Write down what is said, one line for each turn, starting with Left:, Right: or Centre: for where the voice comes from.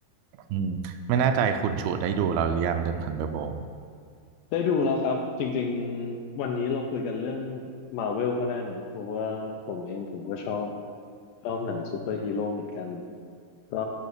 Right: อืมไม่แน่ใจคุณชูได้ดูเราหรือยังเรื่อง Thunderbolt
Left: ได้ดูแล้วครับจริงๆวันนี้เราคุยกันเรื่องมาเวลก็ได้นะเพราะว่าผมเองผมก็ชอบชอบหนังซูเปอร์ฮีโร่เหมือนกันก็